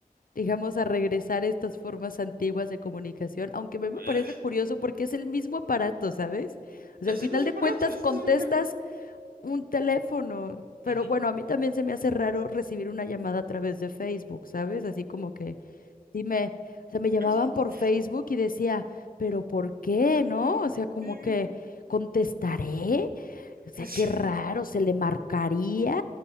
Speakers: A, on the left; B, on the right.
A: digamos, a regresar a estas formas antiguas de comunicación, aunque me, me
B: Eh,
A: parece curioso porque es el mismo aparato, ¿sabes? O
B: es
A: sea, al final
B: el mismo
A: de
B: aparato.
A: cuentas
B: <laughs> es
A: contestas
B: el mismo aparato.
A: un teléfono, pero
B: Ujú,
A: bueno, a mí también se me hace raro recibir una llamada a través de Facebook, ¿sabes? Así como que... Dime, o sea, me
B: ¿Ves?
A: llamaban por
B: <laughs>
A: Facebook y decía, pero ¿por qué, no? O sea, como
B: Eh,
A: que contestaré, o sea,
B: es-
A: qué raro, se le marcaría.